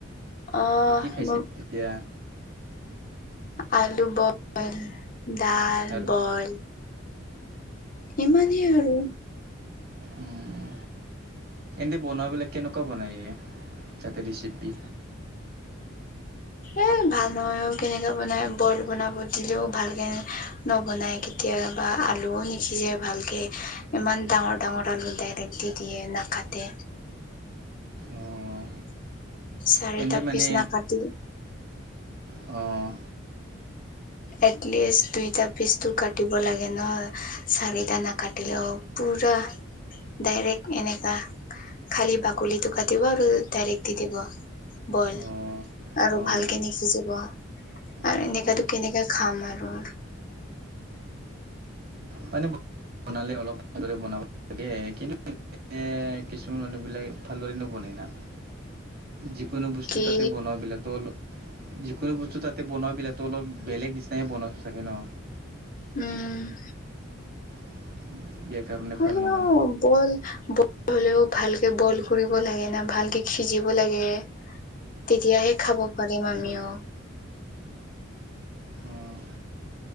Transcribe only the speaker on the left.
অ
মোক
আলু বইল ডাইল
বইল ইমানহে আৰু
এ ভাল নহয়ও কেনেকে বনাই বইল বনাব দিলেও ভাল কে নবনায় কেতিয়াবা আলুও নিসিজে ভালকে ইমান ডাঙৰ ডাঙৰ আলু ডাইৰেক্ট দি দিয়ে নাকাটে
চাৰিটা
পিছ নাকাটে
এটলিষ্ট দুইটা পিচটো কাটিব লাগে ন চাৰিটা নাকাটিলেও পুৰা ডাইৰেক্ট এনেকা খালি বাকলিতো কাটিব আৰু ডাইৰেক্ট দি দিব বইল
আৰু
ভালকে নিহিজিব আৰু
এনেকাতো কেনে খাম আৰু
কি
উম
হলেও
বইল ব বইল হ'লেও ভালকে বইল কৰিব লাগে না ভালকে সিজিব লাগে। তেতিয়াহে খাব পাৰিম আমিও।